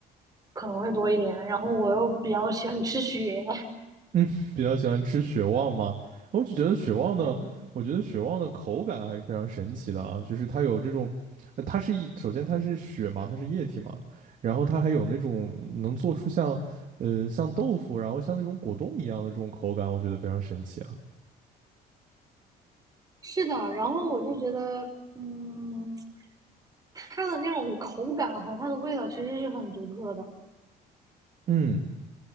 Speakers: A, on the right (about 20°); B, on the right (about 50°).
A: 可能会多一点。然后我又比较喜欢吃雪，
B: <laughs> 比较喜欢吃血旺吗？我就觉得血旺的，
A: 对，
B: 我觉得血旺的口感还是非常神奇的啊，就是它有这种，呃它是一，首先它是血嘛，它是液体嘛，然后它还有那种能做出像，呃，像豆腐，然后像那种果冻一样的这种口感，我觉得非常神奇啊。
A: 是的。然后我就觉得，嗯，它的那种口感和它的味道其实是很独特的。
B: 嗯。